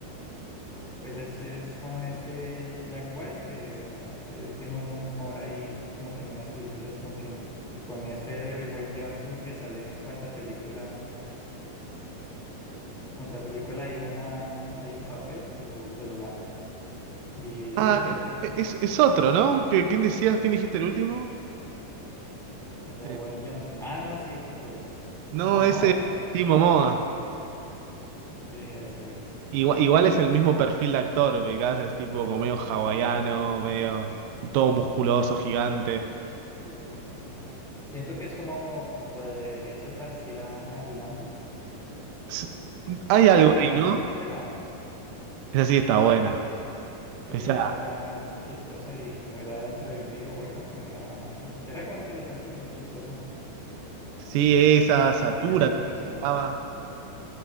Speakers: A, in the centre; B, on the right.
A: Pues este es con este Jack White, que bueno, este tiene un humor ahí como que en unas películas como que no. Y con este de Wayne Johnson que sale en cuanta película, en cuanta película hay una, hay un papel, se lo, se lo gana. Y
B: Ah,
A: sí se ve como
B: e, es, es otro, ¿no? ¿Que- ¿Quién decías? ¿Quién dijiste el último?
A: el de
B: Eh,
A: Wayne Johnson. Ah, no, sí, es otro, es
B: no,
A: Momoa,
B: ese es
A: ¿no? Creo
B: Timo
A: que
B: Moa
A: sí, eso es.
B: Igual, igual es el mismo perfil de actor, ubicás, es tipo como medio hawaiano, medio todo musculoso, gigante.
A: Los así. Siento que es como, o debería ser parecida a Jumanji,
B: S-
A: que
B: Hay
A: esa,
B: algo ahí, ¿no?
A: esa era buena.
B: Esa sí está buena.
A: Sí,
B: Pesada.
A: esa era chistosa y como era dentro de un videojuego, era, era como interesante, era chistosa.
B: Sí, esa,
A: Y se intercambiaban
B: Satura.
A: los personajes.
B: estaba.